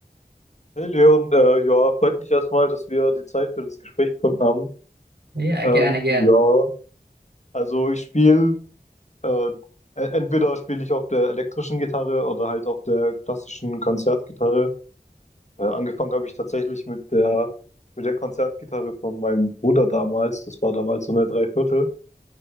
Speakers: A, on the left (about 45°); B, on the right (about 85°).
A: Hey Leon, äh, ja, freut mich erstmal, dass wir die Zeit für das Gespräch gefunden haben.
B: Ja,
A: Ähm,
B: gerne, gerne.
A: ja, also ich spiele, äh, e- entweder spiele ich auf der elektrischen Gitarre oder halt auf der klassischen Konzertgitarre. Äh, angefangen habe ich tatsächlich mit der, mit der Konzertgitarre von meinem Bruder damals. Das war damals so eine Dreiviertel.